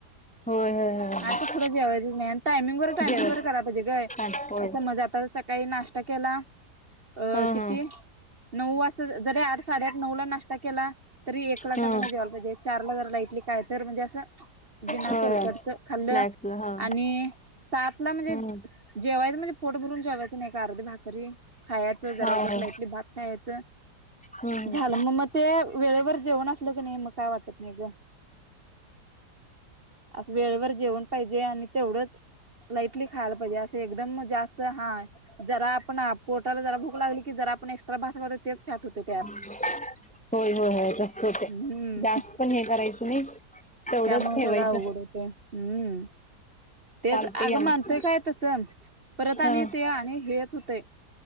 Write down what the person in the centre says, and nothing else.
होय होय होय होय
जेव
छान होय
हा हा
हा
होय
होय
स्नॅक्सला हा
हम्म
हा
हा
हम्म
होय होय होय तस होते
जास्त पण हे करायचं नाही तेवढंच
ठेवायचं
चालते
या मग
हा